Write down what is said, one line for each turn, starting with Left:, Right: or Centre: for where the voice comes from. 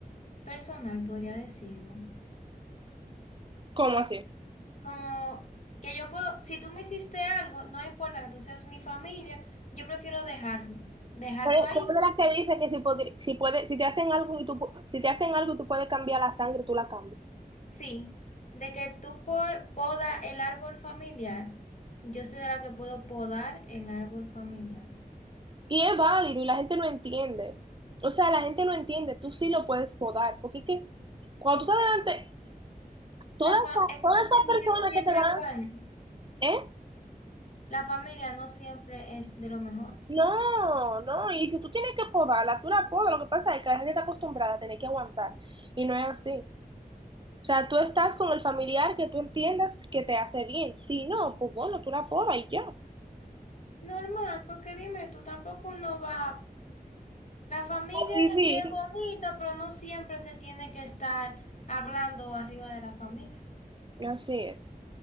Left: personal, podría decirlo.
Right: ¿Cómo así?
Left: Como que yo puedo, si tú me hiciste algo, no importa que tú seas mi familia, yo prefiero dejarlo, dejarlo
Right: Pero
Left: ahí.
Right: Tú eres de las que dice que si, podri- si, puede, si te hacen algo y tú, pu- si te hacen algo y tú puedes cambiar la sangre, tú la cambias.
Left: Sí, de que tú por, poda el árbol familiar, yo soy de la que puedo podar el árbol familiar.
Right: Y es válido y la gente no entiende. O sea, la gente no entiende, tú sí lo puedes podar, porque es que cuando tú estás delante, todas
Left: La
Right: esas
Left: fa- es que
Right: todas
Left: la familia
Right: esas personas
Left: no siempre
Right: que te dan,
Left: es buena.
Right: ¿eh?
Left: La familia no siempre es de lo mejor.
Right: No, no, y si tú tienes que podarla, tú la podas, lo que pasa es que la gente está acostumbrada a tener que aguantar, y no es así. O sea, tú estás con el familiar que tú entiendas que te hace bien. Si no, pues bueno, tú la podas y ya.
Left: Normal, porque dime, tú tampoco no vas. La familia
Right: Vivir.
Left: es bonita, pero no siempre se tiene que estar hablando arriba de la familia.
Right: Así es.